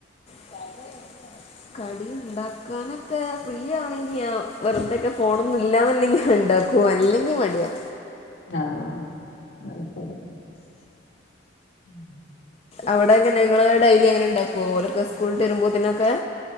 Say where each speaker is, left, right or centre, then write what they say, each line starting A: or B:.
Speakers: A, on the left (about 30°); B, on the left (about 65°).
A: <unintelligible> ഉണ്ടാക്കാൻ ഒക്കെ ഫ്രീയാണെങ്കിൽ. ഞാൻ വെറു തൊക്കെ ഫോൺ ഒന്നുമില്ല എന്നുണ്ടെങ്കിൽ ഉണ്ടാക്കും. അല്ലെങ്കി മടിയാ.
B: ആഹ ഉം <inaudible>
A: അവിടെ അങ്ങനെ ഇങ്ങള് ഡെയിലി അങ്ങനെ ഉണ്ടാകുകോ ഒലാക്കേ സ്കൂൾ വിട്ടു വരുമ്പോൾ അതിനൊക്കെ?